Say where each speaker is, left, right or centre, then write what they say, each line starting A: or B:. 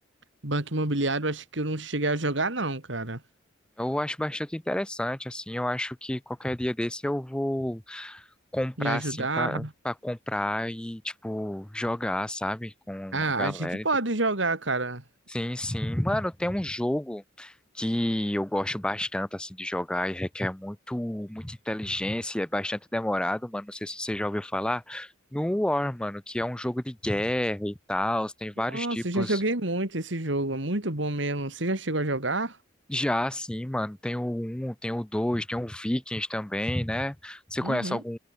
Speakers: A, on the right; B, in the centre.
A: Banco imobiliário, acho que eu não cheguei a jogar, não, cara.
B: Eu acho bastante interessante, assim. Eu acho que qualquer dia desse eu vou comprar,
A: Me ajudar.
B: assim, pra, pra comprar e, tipo, jogar, sabe? Com
A: Ah,
B: a galera.
A: a gente pode jogar, cara.
B: Sim, sim. Mano, tem um jogo que eu gosto bastante assim de jogar e requer muito muita inteligência, e é bastante demorado, mano. Não sei se você já ouviu falar. No War, mano, que é um jogo de guerra e tal, tem vários
A: Nossa,
B: tipos.
A: eu já joguei muito esse jogo, é muito bom mesmo. Você já chegou a jogar?
B: Já assim, mano, tem o um tem o dois tem o Vikings também, né? Você conhece
A: Uhum.
B: algum